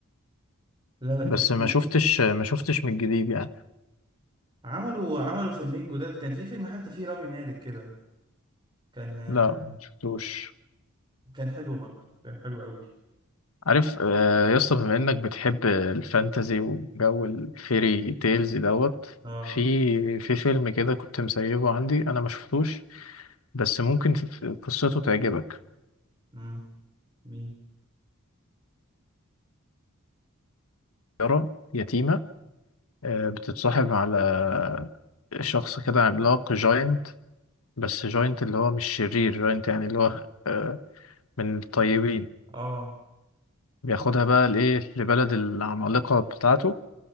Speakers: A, on the right; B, on the left.
A: لا لا كانت
B: بس
A: حلوه
B: ما شفتش ما شفتش من الجديد يعني
A: عملوا عملوا فيلمين جداد كان في فيلم حتى فيه رامي مالك كده كان آه،
B: لا ما شفتوش
A: كان حلو برضه كان حلو قوي
B: عارف آه، يا اسطى بما إنك بتحب الفانتازي وجو الفيري تيلز دوت
A: اه
B: في في فيلم كده كنت مسيبه عندي أنا ما شفتوش بس ممكن في- في قصته تعجبك
A: امم مين
B: يارا يتيمة آه، بتتصاحب على شخص كده عملاق جاينت بس جاينت اللي هو مش شرير جاينت يعني اللي هو آه، من الطيبين
A: اه
B: بياخدها بقى لإيه لبلد العمالقة بتاعته